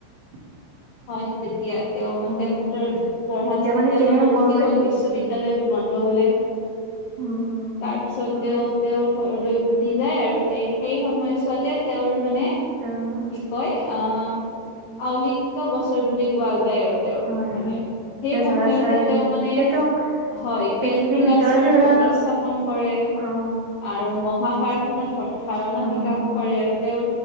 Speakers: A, on the right; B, on the left.
A: <unintelligible>
B: হয় তেতিয়া তেওঁ মানে
A: উম,
B: তেহতৰ পঢ়াটো
A: এতিয়া
B: তেতিয়া
A: মানে কেনেকে
B: অলপমান
A: ক'ব
B: ৰখি
A: পাৰি,
B: গ'ল বিশ্ববিদ্য়ালয় বোৰ বন্ধ হলে তাৰপিছত
A: উম, উম। হয়,
B: তেওঁ তেওঁৰ ঘৰলৈ উভতি যায় আৰু সেই সময়ছোৱাতে তেওঁৰ মানে
A: তেওঁ
B: কি কয় আহ আলিকা বছৰ বুলি কোৱায় যায় আৰু তেওঁৰ
A: হয়,
B: মানে
A: হয়।
B: সেই
A: এতিয়া
B: সময়তে
A: ধৰা ছাৰজন
B: তেওঁ মানে
A: এতিয়া তেওঁক
B: হয়
A: পৃথিৱীৰ
B: কেলকুলাছৰ
A: ভিতৰতে ধৰা
B: ভেটি স্থাপন কৰে।
A: অ',
B: আৰু মহ কাৰাৰখাৰ ধাৰণা
A: উম,
B: বিকাশ
A: উম,
B: কৰে আৰু তেওঁৰ